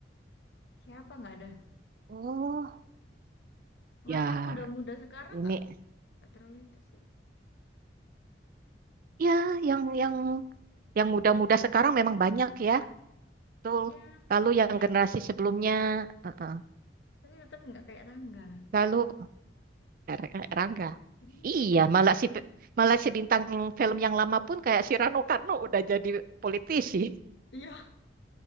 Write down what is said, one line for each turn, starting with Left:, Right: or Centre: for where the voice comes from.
Left: Siapa nggak ada?
Right: Oh,
Left: Malah
Right: ya
Left: yang muda-muda sekarang
Right: ini
Left: nggak Gak terlalu itu sih.
Right: ya yang yang
Left: Hmm.
Right: yang muda-muda sekarang memang banyak ya, betul.
Left: Ya,
Right: Lalu yang
Left: tapi,
Right: generasi sebelumnya, heeh.
Left: tapi tetap nggak kayak Rangga.
Right: Lalu R- eh, Rangga.
Left: Hmm.
Right: Iya, malah si pe- malah si bintang yang film yang lama pun kayak si Rano Karno udah jadi politisi.
Left: Iya,